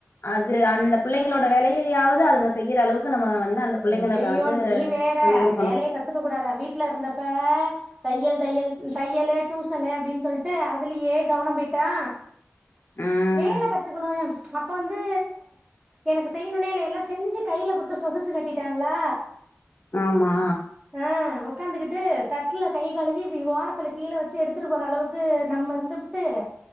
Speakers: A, on the left (about 55°); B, on the right (about 25°).
A: அது அந்த பிள்ளைங்களோட வேலையையாவது அதுங்க செய்யிற அளவுக்கு நம்ம வந்து அந்த பிள்ளைங்களுக்கு
B: அய்யயோ
A: வந்து
B: நீ வேற
A: சொல்லி கொடுக்கணும்
B: வேலைய கத்துக்க கூடாத வீட்ல இருந்தப்ப தையல் தையல் தையலு டுயூஷனு அப்டின்னு சொல்ட்டு அதுலயே கவனோ போயிட்டா
A: உம்
B: வேல கத்துக்கணு ஏ அப்போ வந்து எனக்கு செய்யணுனே இல்ல எல்லா செஞ்சு கைல குடுத்து சொகுசு கட்டிட்டாங்களா
A: ஆமா
B: ஆ ஒக்கார்ந்து கிட் டு தட்டுல கை கழுவி இப்டி ஓரத்துல கீழ வச்சி எடுத்துட் போற அளவுக்கு நம்ம இருந்துபுட்டு <inaudible>